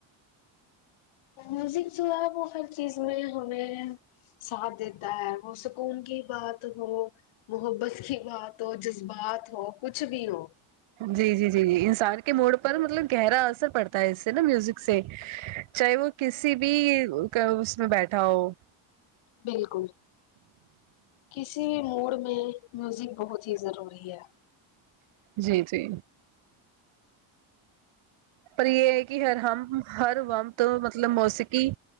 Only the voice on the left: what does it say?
میوزک جو ہے اب وہ ہر چیز میں ہمیں ساتھ دیتا ہے اور سکون کی بات ہو محبت کی بات ہو جذبات ہو کچھ بھی ہو
بالکل کسی موڈ میں میوزک بہت ہی ضروری ہے